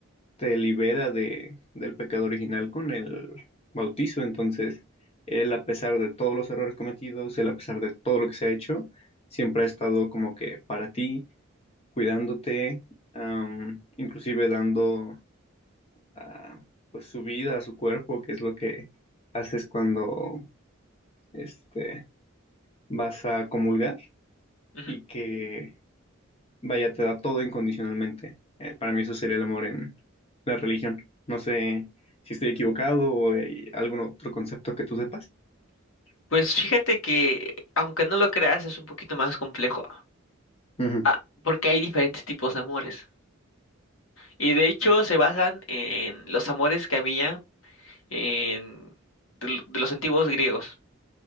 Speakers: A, on the left; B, on the left.
A: te libera de, del pecado original con el bautizo. Entonces, él a pesar de todos los errores cometidos, él a pesar de todo lo que se ha hecho, siempre ha estado como que para ti, cuidándote, am, inclusive dando ah, pues su vida a su cuerpo, que es lo que haces cuando este, vas a comulgar
B: Ujú.
A: y que Vaya, te da todo incondicionalmente. Eh, para mí eso sería el amor en la religión. No sé si estoy equivocado o hay algún otro concepto que tú sepas.
B: Pues fíjate que, aunque no lo creas, es un poquito más complejo,
A: Ujú.
B: ah, porque hay diferentes tipos de amores. Y de hecho se basan en los amores que había en, de, l- de los antiguos griegos.